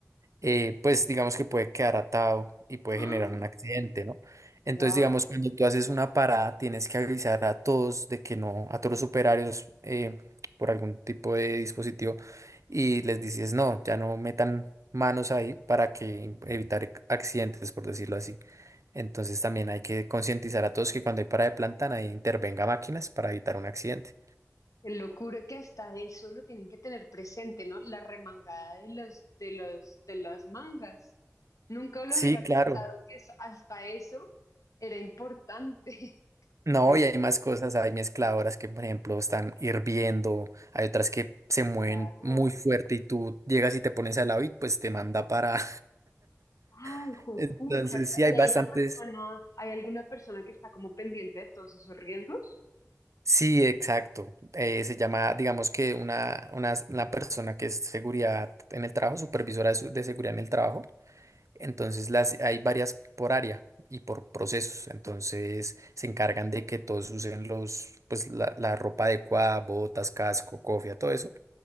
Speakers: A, on the right; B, on the left.
A: eh, pues digamos que puede quedar atado y puede
B: <gasps>
A: generar un accidente, ¿no? Entonces,
B: wow,
A: digamos, cuando tú haces una parada, tienes que avisar a todos de que no, a todos los operarios eh, por algún tipo de dispositivo y les dices, no, ya no metan manos ahí para que evitar accidentes, por decirlo así. Entonces, también hay que concientizar a todos que cuando hay parada de planta, nadie intervenga máquinas para evitar un accidente.
B: qué locura que hasta eso lo tienen que tener presente, ¿no? La remangada de los, de los, de las mangas. Nunca lo
A: Sí,
B: hubiera
A: claro.
B: pensado que eso- hasta eso era importante. <laughs>
A: No,
B: Qué locura.
A: y hay más cosas, hay mezcladoras que, por ejemplo, están hirviendo, hay otras que se mueven
B: Claro.
A: muy fuerte y tú llegas y te pones al lado y pues te manda para...
B: Ay,
A: <laughs>
B: juepucha,
A: Entonces,
B: claro.
A: sí, hay
B: ¿Y
A: bastantes...
B: hay una persona, hay alguna persona que está como pendiente de todos esos riesgos?
A: Sí, exacto. Eh, se llama, digamos que una, una, una persona que es seguridad en el trabajo, supervisora de, su- de seguridad en el trabajo. Entonces, las, hay varias por área y por procesos. Entonces, se encargan de que todos usen los, pues, la, la ropa adecuada, botas, casco, cofia, todo eso